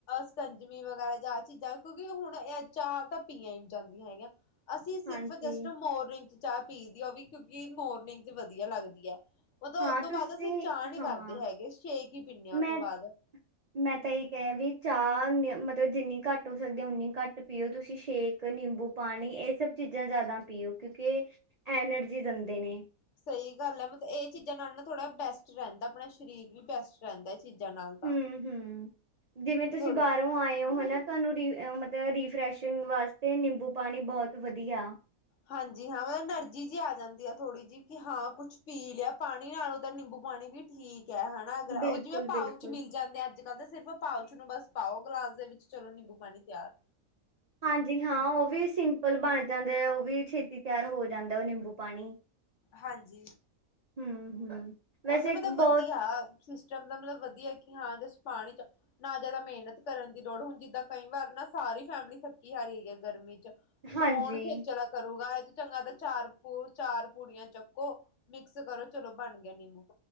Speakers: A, on the left (about 65°); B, on the right (about 70°).
A: ਸਕੰਜਮੀ ਵਗੈਰਾ ਜਾਂ ਚੀਜ਼ਾਂ ਕਿਉਂਕਿ ਹੁਣ ਇਹ ਚਾਹਾ ਤਾਂ ਪੀਆ ਹੀ ਨੀਜਾਂਦੀਆਂ ਹੈਗੀਆਂ। ਅਸੀਂ ਸਿਰਫ
B: ਹਾਂਜੀ
A: ਜਸਟ ਮੋਰੀ ਚਾਹ ਪੀ ਦੀ ਆ ਵੀ ਕਿਉਂਕਿ ਮੋਰਨਿੰਗ ਚ ਵਧੀਆ ਲੱਗਦੀ ਆ। ਉਹ ਤਾਂ
B: ਹਾਂ
A: ਉਹਤ ਤੋਂ
B: ਤੁਸੀਂ
A: ਬਾਅਦ ਅਸੀਂ ਚਾਹਅ ਨ
B: ਹਾਂ
A: ਕਰਦੇ ਹੈਗੇ। ਛੇਕ ਹੀ ਪੀਨੇ ਆ ਉਹ
B: ਮੈਂ
A: ਤੋਂ ਬਾਅਦ।
B: ਮੈਂ ਤਾਂ ਇਹ ਕਹਿ ਵੀ ਚਾਹ ਮਤਲਬ ਜਿੰਨੀ ਘੱਟ ਹੋ ਸਕਦੀ ਓਨੀ ਘੱਟ ਪੀਓ। ਤੁਸੀਂ ਸ਼ੇਕ, ਨਿੰਬੂ ਪਾਣੀ ਇਹ ਸਭ ਚੀਜ਼ਾਂ ਜ਼ਿਆਦਾ ਪੀਓ। ਕਿਉਂਕਿ ਐਨਰਜੀ ਦਿੰਦੇ ਨੇ।
A: ਸਹੀ ਗੱਲ ਹੈ ਮਤਲਬ ਇਹ ਚੀਜ਼ਾਂ ਨਾਲ ਨਾ ਥੋੜ੍ਹਾ ਬੈਸਟ ਰਹਿੰਦਾ। ਆਪਣਾ ਸਰੀਰ ਵੀ ਬੈਸਟ ਰਹਿੰਦਾ। ਚੀਜ਼ਾਂ ਨਾਲ ਤਾਂ
B: ਹੂੰ ਹੂੰ ਜਿਵੇਂ, ਤੁਸੀਂ
A: ਥੋੜੀ
B: ਬਾਹਰੋਂ ਆਏ ਹੋ ਹਨਾ। ਤੁਹਾਨੂੰ ਮਤਲਬ ਰੀਫਸ਼ ਵਾਸਤੇ ਨਿੰਬੂ ਪਾਣੀ ਬਹੁਤ ਵਦੀਆ।
A: ਹਾਂਜੀ, ਹਾਂ ਮੈਂ ਐਨਰਜੀ ਜੀ ਆ ਜਾਂਦੀ ਆ। ਥੋੜ੍ਹੀ ਜਿਹੀ ਕਿ ਹਾਂ ਕੁੱਛ ਪੀ ਲਿਆ ਪਾਣੀ ਨਾਲੋਂ ਨਿੰਬੂ ਪਾਣੀ ਵੀ ਠੀ ਕੇਆ ਹੈਨਾ। ਅਗਰ
B: ਬਿਲਕੁਲ
A: ਉਹ ਜਿਵੇਂ
B: ਬਿਲਕੁਲ
A: ਪਾਊਚ ਮਿਲ ਜਾਂਦੇ ਆ। ਅੱਜ- ਕੱਲ ਤਾਂ ਸਿਰਫ ਪਾਓਚ ਨੂੰ ਬਸ ਪਾਓ ਗਿਲਾਸ ਦੇ ਵਿੱਚ ਚਲੋ ਨਿੰਬੂ ਪਾਣੀ ਤਿਆਰ।
B: ਹਾਂਜੀ, ਹਾਂ ਉਹ ਵੀ ਸਿੰਪਲ ਬਣ ਜਾਂਦਾ ਏ। ਉਹ ਵੀ ਛੇਤੀ ਤਿਆਰ ਹੋ ਜਾਂਦਾ ਉਹ ਨਿੰਬੂ ਪਾਨੀ।
A: ਹਾਂਜੀ।
B: ਹੂੰ, ਹੂੰ। ਵੈਸੇ
A: ਉਹ ਤਾਂ
B: ਇੱਕ
A: ਮਤਲਬ
B: ਬਹੁਤ
A: ਵਧੀਆ, ਸਿਸਟਮ ਦਾ ਮਤਲਬ ਵਧੀਆ ਹਾਂ ਜਸਟ ਪਾਣੀ ਚ ਨਾ ਜਿਆਦਾ ਮਿਹਨਤ ਕਰਨ ਦੀ ਲੋੜ ਹੁਣ ਜਿੱਦਾਂ, ਕਈ ਵਾਰ ਨਾ ਸਾਰੀ ਫੈਮਿਲੀ ਥੱਕੀ- ਹਾਰੀ ਹੈਗੀ ਹੈ ਗਰਮੀ ਚ
B: ਹਾਂਜੀ
A: ਕੌਣ ਖੇਚਲਾ ਕਰੂਗਾ। ਚੰਗਾ ਤਾਂ ਚਾਰ ਚਾਰ ਪੂੜੀਆਂ ਚੱਕੋ ਮਿਕਸ ਕਰੋ ਚਲੋ ਬਣ <inaudible>